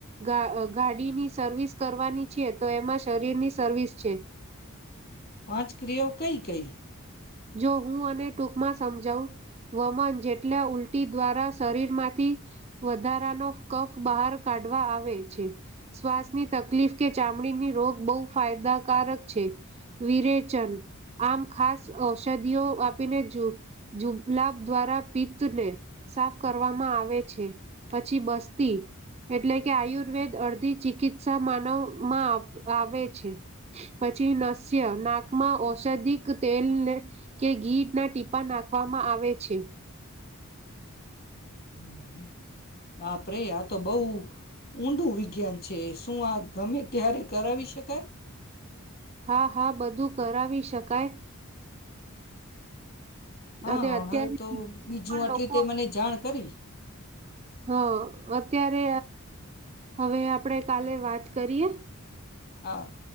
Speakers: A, on the right; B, on the left.
A: ગા ગાડીની સર્વિસ કરવાની છેીએ તો એમાં શરીરની સર્વિસ છે.
B: પંચ ક્રેવ કહી કહી <inaudible>
A: જો હું અને ટૂંકમાં સમજાવ વમન જેટલા ઉલટી દ્વારા શરીર માંથી વધારાનો કફ બહાર કાઢવા આવે છે શ્વાસની તકલીફ કે ચામડીની રોગ બહુ ફાયદાકારક છે વિરેચન આમ ખાસ ઔષધિઓ આપીને જુબલાબ દ્વારા પિત્તને સાફ કરવામાં આવે છે પછી બસ્તી એટલે કે આયુર્વેદ અડધી ચિકિત્સા માનવમાં આવે છે પછી નસ્ય નાકમાં ઔષધિક તેલને કે ઘી ના ટીપા નાખવામાં આવે છે.
B: હમ હ બાપ રરે આ તો બઉ ઉઊંડું વિગઞન છે. શું આ ગમે ત્યારે કરાવી શકાય.
A: હા હા બધું કરાવી શકાય.
B: હા
A: અને અત્યારે
B: હવે તો
A: પણ
B: બીજું આટલી
A: લોકો
B: તે મને જાણ કરી
A: હા અત્યારે હવે આપણેે કાલે વાત કરીએ.
B: હા